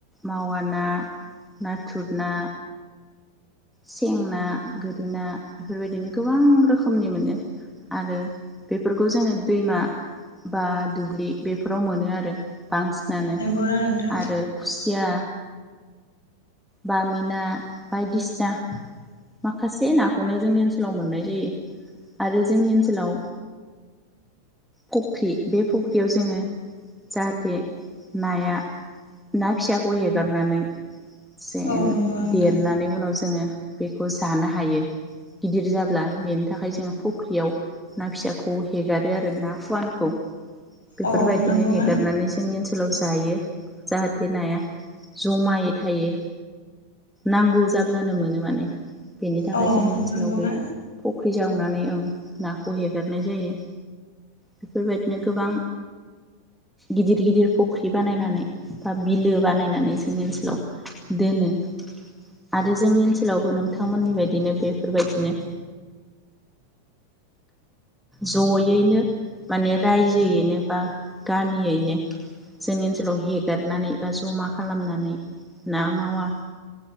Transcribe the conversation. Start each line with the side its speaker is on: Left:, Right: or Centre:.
Centre: मावा ना नाथुर ना सें ना गोरै ना बेफोरबायदिनो गोबां रोखोमनि मोनो आरो बेफोरखौ जोङो दैमा बा दुब्लि बेफोराव मोनो आरो बांसिनानो
Left: नंगौना नोंथां
Centre: आरो खुसिया बामि ना बायदिसिना माखासे नाखौनो जोंनि ओनसोलाव मोननाय जायो आरो जोंनि ओनसोलाव फुख्रि बे फख्रियाव जोङो जाहाथे नाया ना फिसाखौ हगारनानै जेन
Left: औ नंगौ नोंथां
Centre: देरनानै उनाव जोङो बेखौ जानो हायो गिदिर जाब्ला बेनि थाखाय जोङो फुख्रियाव ना फिसाखौ हेगारो आरो ना फुवानखौ बेफोरबायदिनो
Left: अ नंगौना
Centre: हेगारनानै जोंनि ओनसोल लाव जायो जाहाथे नाया जमायै थायो नांगौ जाब्लानो मोनो माने बेनि थाखाय
Left: अ
Centre: जोंनि ओनसोलाव
Left: नंगौना
Centre: बे फुख्रि जाव नानै ओं नाखौ हेगारनाय जायो बेफोरबायदिनो गोबां गिदिर गिदिर फख्रि बानायनानै बा बिलो बानायनानै जोंनि ओनसोलाव दोनो आरो जोंनि ओनसोलावबो नोंथांमोननि बायदिनो बेफोरबायदिनो जयैनो माने रायजोयैनो बा गामियैनो जोंनि ओनसोलाव हेगारनानै बा जमा खालामनानै ना मावा